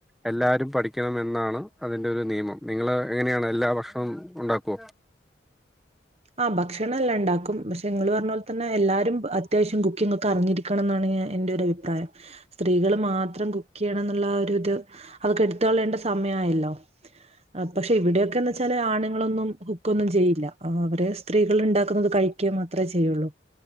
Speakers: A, in the centre; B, on the right.
A: എല്ലാരും പഠിക്കണം എന്നാണ് അതിന്റെറെ ഒരു നിയമം നിങ്ങള് എങ്ങനെയാണ് എല്ലാ ഭക്ഷണോം ഉണ്ടാക്കൊ?
B: ആ ഭക്ഷണ എല്ലാം ഇണ്ടാക്കും പക്ഷെ ഇങ്ങള് പറഞ്ലെ തന്നെ എല്ലാരും അത്യാവശ്യ കുക്കിംങ്‌ഹോക്കെ അറിഞ്ഞിരി ക്കണന്നാണ് എന്റെരുഭിപ്രായം സ്ത്രീകള് മാത്രം കുക്ക്യ്യണം ന്നുള്ള ആ ഒരിത് അതൊക്കെ എടു ത്ത്കളയണ്ട സമയായല്ലോ. പക്ഷെ ഇവിടെയൊക്കെന്നെ ച്ചാലെ ആണുങ്ങളൊന്നും കുക്കൊന്നും ചെയ്യില്ല. അ അവര് സ്ത്രീകള്ണ്ടാക്കുന്നത് കഴിക്ക മാത്രേ ചെയ്യുള്ളൂ.